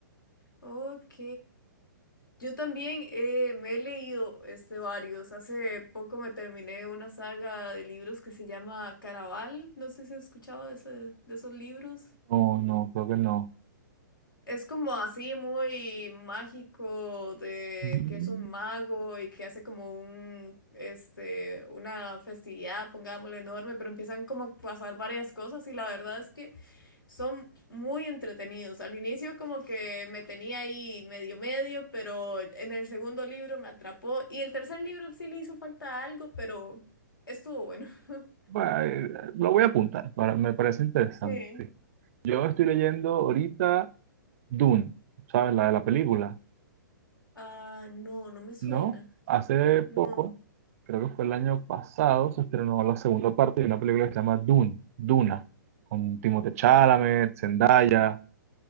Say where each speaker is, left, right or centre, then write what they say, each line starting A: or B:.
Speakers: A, on the left; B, on the right.
A: Ok. Yo también eh, me he leído este, varios. Hace poco me terminé una saga de libros que se llama Caraval. No sé si has escuchado de, ese, de esos libros.
B: No, no, creo que no.
A: Es como así muy mágico de
B: Mm,
A: que es un mago y que hace como un, este, una festividad, pongámosle enorme, pero empiezan como a pasar varias cosas y la verdad es que son muy entretenidos. Al inicio como que me tenía ahí medio medio, pero en el segundo libro me atrapó y el tercer libro sí le hizo falta algo, pero estuvo bueno. <laughs>
B: Bueno, eh, lo voy a apuntar, para- me parece interesante.
A: Sí.
B: sí. Yo estoy leyendo ahorita Dune, ¿sabes? La de la película.
A: Ah, no, no me suena.
B: No, hace poco,
A: No.
B: creo que fue el año pasado, se estrenó la segunda parte de una película que se llama Dune, Duna, con Timothée Chalamet, Zendaya.